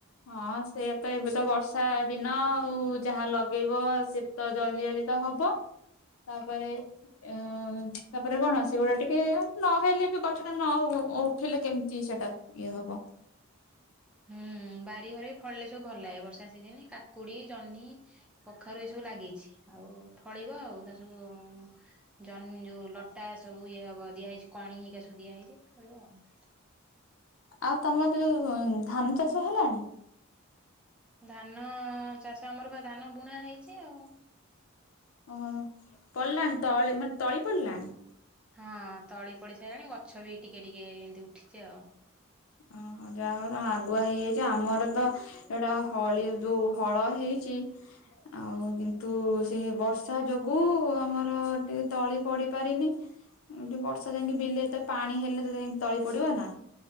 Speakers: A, on the left (about 70°); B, in the centre.
A: ହଁ ସେୟା ତ ଏବେ ତ ବର୍ଷା ଦିନ ଆଉ ଯାହା ଲଗେଇବ ସେ ତ ଜଲ୍ଦି ଜଲ୍ଦି ତ ହବ ତାପରେ ଅଁ ତାପରେ କଣ ସେଗୁଡା ଟିକେ ନହେଲେ ବି ଗଛଟା ନ ଉଠିଲେ କେମିତି ସେଟା ଇଏ ହବ।
B: ହୁଁ ବାରିଘରେ ବି ଫଳିଲେ ସବୁ ଭଲ ଲାଗେ। ବର୍ଷା ସିଜିନ କାକୁଡି, ଜହ୍ନି କଖାରୁ ଏ ସବୁ ଲାଗିଚି ଆଉ ଫଳିବ ଆଉ ତାର ସବୁ ଜନି ଯୋଉ ଲଟା ସବୁ ଇଏ ହବ ଦିଆହେଇଚି କଣି ହେଇକା ସବୁ ଦିଆହେଇଚି ଫଳିବ ଆଉ।
A: ଆଉ ତମର ଯୋଉ ଧାନ ଚାଷ ହେଲାଣି?
B: ଧାନ ଚାଷ ଆମର ବା ଧାନ ବୁଣା ହେଇଚି ଆଉ।
A: ଓହୋ ପଡ଼ିଲାଣି ତଳ ମାନେ ତଳି ପଡ଼ିଲାଣି?
B: ହଁ ତଳି ପଡି ସାରିଲାଣି, ଗଛ ବି ଟିକେ ଟିକେ ଏମିତି ଉଠିଚି ଆଉ।
A: ଓହୋ ଯାହା ହଉ ନ ଆଗୁଆ ହେଇଯାଇଚି ଆମର ତ ଏଇଟା ହଳି ଯୋଉ ହଳ ହେଇଚି ଆଉ କିନ୍ତୁ ସେ ବର୍ଷା ଯୋଗୁ ଆମର ଟିକେ ତଳି ପଡି ପାରିନି। ଏମିତି ବର୍ଷା ଯାଇକି ବିଲରେ ତ ପାଣି ହେଲେ ଯାଇ ତଳି ପଡିବ ନା?